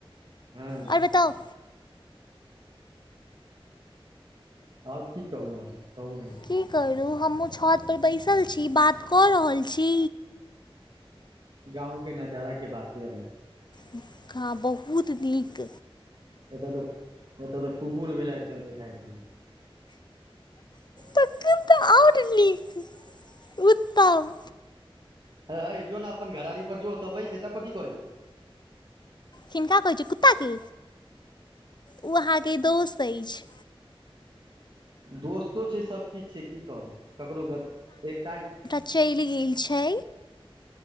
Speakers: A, on the right; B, on the left.
A: हँ
B: आओर बताउ।
A: आओर की कहू अहां के, कहु अहिं?
B: की करू, हमूँ छतपर बैसल छी, बात कऽ रहल छी।
A: गाँंव के नजारा के बाते अलग छै।
B: झंखा बहुत नीक।
A: एतऽ तऽ एतऽ तऽ कुकुर बिलाए कऽ सब देखाइ दैत छैै।
B: तखन तऽ और नीक, उतम।
A: हे ओ जो ने अपन घरारी पर जो, ओत बैस, एतऽ कथी करै छी?
B: किनका कहै चियै कुत्ताके, ओ अहाँके दोस्त अछि।
A: दोस्तो छै, सभकिछु छै, की कहबै, ककरो ग एक टाइम
B: चैलि गेल छै।